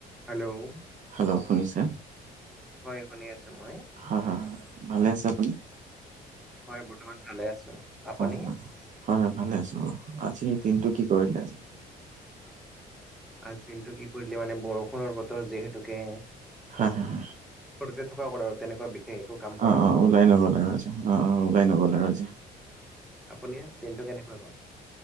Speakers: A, in the centre; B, on the right.
A: hello কোৱা?
B: Hello শুনিছে
A: হয় শুনি আছো মই।
B: হয় হয় ভালে আছে আপুনি?
A: হয় বৰ্তমান ভালে আছো। আপুনি
B: অ হয়, হয় হয় ভালে আছো বাৰো আজি দিনটো কি কৰিলে আজি?
A: আজিৰ দিনটো কি কৰিলে মানে বৰষুণৰ বতৰ যিহেতুকে
B: হয় হয়।
A: ঘৰতে থকা গল আৰু তেনেকুৱা বিশেষ। একো কাম কৰা
B: অ
A: নগ'ল
B: অ ওলাই ন গলে ৰজ অ অ ওলাই ন গ'লে ৰজে।
A: আপুনি ট্ৰেইনটো কেনেকুৱা গ'ল?